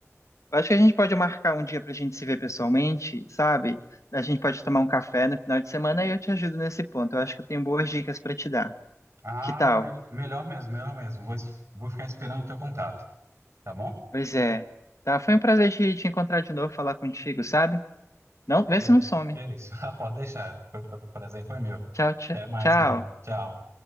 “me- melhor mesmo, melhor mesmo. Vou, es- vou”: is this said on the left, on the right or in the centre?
Right